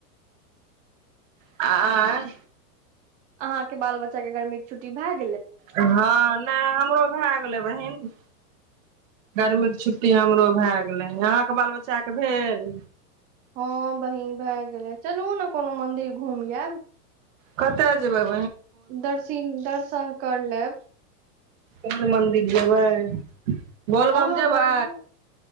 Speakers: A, on the right; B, on the right.
A: आ
B: अहाँ बाल बच्चा के गर्मी छु भाग
A: हँ नहि हमरो भए गेलै बहिन <inaudible> गरमीके छुट्टी हमरो भए गेलै अहाँके बाल बच्चाके भेल
B: हँ बहीन भए गेले चलु ने कोनो मंदिर घूम यब
A: कत आ जे बाब
B: दर्शिं दर्शन कर लेब
A: कोन मन्दिर जेबै बोलबम
B: अहाँ
A: जेबै
B: बतबू